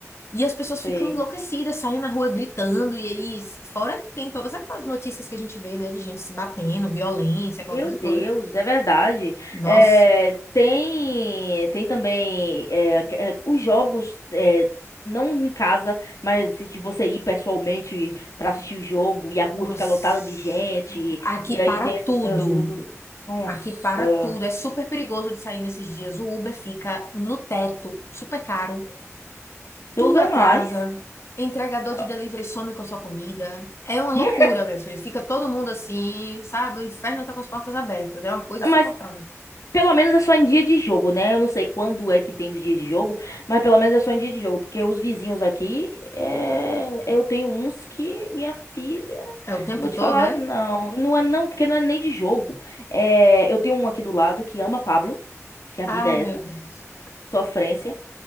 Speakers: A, on the left; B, on the left.
A: E as pessoas
B: sei.
A: ficam enlouquecidas, saem na rua gritando, e aí, fora que tem todas aquelas notícias que a gente vê, né, de gente se batendo, violência, aquela
B: Meu
A: coisa
B: Deus,
A: toda.
B: é verdade.
A: Nossa.
B: É, tem, tem também é, é, os jogos, é, não em casa, mas se você ir pessoalmente pra assistir o jogo e a rua
A: Nossa,
B: fica lotada de gente,
A: aqui
B: e aí
A: para
B: tem essas
A: tudo.
B: coisas tudo. Nossa,
A: Aqui para tudo. É super perigoso de sair nesses dias. O Uber fica no teto, super caro.
B: Deus
A: Tudo
B: é
A: atrasa.
B: mais.
A: Entregador
B: Ah,
A: de delivery some com a sua comida. É uma loucura,
B: Hum?
A: meu filho. Fica todo mundo assim, sabe? O inferno tá com as portas abertas. É uma coisa insuportável.
B: Mas Pelo menos é só em dia de jogo, né? Eu não sei quando é que tem os dias de jogo, mas pelo menos é só em dia de jogo, porque os vizinhos aqui, é, eu tenho uns que minha filha,
A: É o tempo
B: não vou te falar,
A: todo, é?
B: não, não é não, porque não é nem de jogo. É, eu tenho um aqui do lado que ama Pablo, porque a
A: Ai,
B: vida é
A: meu
B: essa,
A: Deus.
B: sofrência.